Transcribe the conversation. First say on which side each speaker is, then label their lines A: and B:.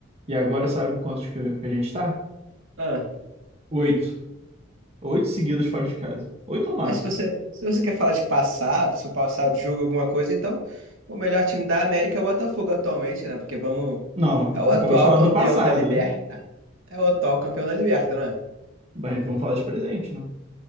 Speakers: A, on the right (about 30°); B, on the right (about 70°).
A: E agora sabe quantos que, que a gente tá?
B: Ah.
A: Oito. Oito seguidas fora de casa. Oito ou nove?
B: Mas se você, se você quer falar de passado, se o passado julga alguma coisa, então o melhor time da América é o Botafogo atualmente, né? Porque vamos.
A: Não,
B: É o
A: tu
B: atual
A: acabou de falar
B: campeão
A: do passado.
B: da Liberta.
A: né?
B: É o atual campeão da Liberta, não é?
A: Bem, vamos falar de presente, né?